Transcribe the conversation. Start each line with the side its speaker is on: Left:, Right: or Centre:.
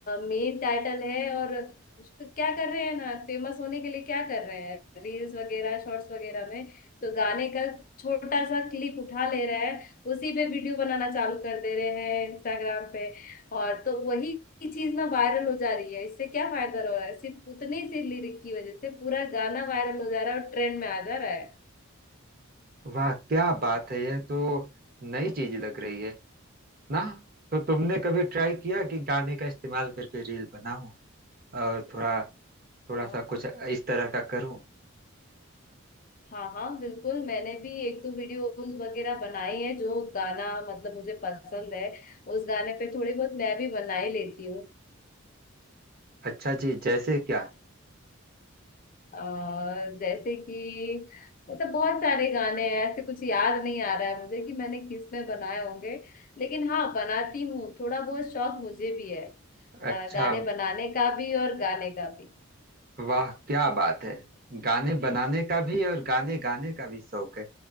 Left: मेन टाइटल है और उसको क्या कर रहे हैं ना फेमस होने के लिए क्या कर रहे हैं रील्स वगैरह शॉर्ट्स वगैरह में तो गाने का छोटा सा क्लिप उठा ले रहे हैं उसी पे वीडियो बनाना चालू कर दे रहे हैं इंस्टाग्राम पे और तो वही की चीज ना वायरल हो जा रही है इससे क्या फायदा हो रहा है सिर्फ उतनी सी लिरिक की वजह से पूरा गाना वायरल हो जा रहा है और ट्रेंड में आ जा रहा है
Right: वाह क्या बात है यह तो नई चीज लग रही है ना तो तुमने कभी ट्राई किया कि गाने का इस्तेमाल करके रील बनाऊं और थोड़ा थोड़ा
Left: अ,
Right: सा कुछ इस तरह का करूं
Left: हाँ हाँ बिल्कुल मैंने भी एक दो वीडियोस वगैरह बनाई है जो गाना मतलब मुझे पसंद है उस गाने पे थोड़ी बहुत मैं भी बना ही लेती हूँ
Right: अच्छा जी जैसे क्या
Left: अ, जैसे कि मतलब बहुत सारे गाने हैं ऐसे कुछ याद नहीं आ रहा है मुझे कि मैंने किस में बनाए होंगे लेकिन हाँ बनाती हूँ थोड़ा बहुत शौक मुझे भी है अ,
Right: अच्छा
Left: गाने बनाने का भी और गाने का भी
Right: वाह क्या बात है गाने बनाने का भी और गाने गाने का भी शौक है